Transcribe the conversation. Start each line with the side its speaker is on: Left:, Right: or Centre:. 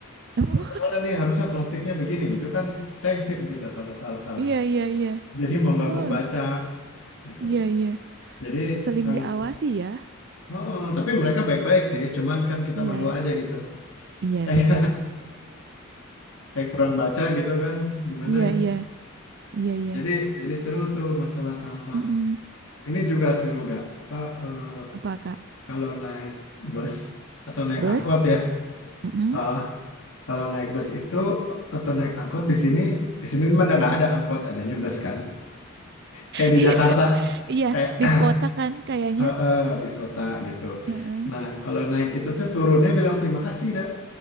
Right: Oh,
Left: oh, salah
Right: <laughs>
Left: nih harusnya plastiknya begini gitu kan thanksin kita kalau salah-salah
Right: iya iya iya.
Left: jadi mau nggak
Right: Oh
Left: mau baca gitu
Right: iya iya.
Left: jadi
Right: Saling
Left: sang
Right: diawasi ya.
Left: oh, oh, tapi mereka baik-baik sih cuman kan kita
Right: Iya
Left: malu aja gitu <laughs>
Right: iya
Left: kayak
Right: bener.
Left: kayak kurang baca gitu kan gimana
Right: Iya
Left: gitu
Right: iya iya iya.
Left: jadi jadi seru tuh masalah sampah
Right: Mm-mm.
Left: ini juga seru dah apa eh,
Right: Apa kak?
Left: kalau naik bus atau naik
Right: Bus?
Left: angkot ya
Right: Mm-mm.
Left: eh, Kalau naik bus itu atau naik angkot di sini, di sini mah ada nggak ada angkot, adanya bus kan. Kayak di
Right: <laughs>
Left: Jakarta,
Right: Iya,
Left: kayak
Right: bis kota kan
Left: <clears throat>
Right: kayaknya.
Left: heeh, bis kota gitu.
Right: Heeh.
Left: Nah, kalau naik itu tuh turunnya bilang terima kasih dah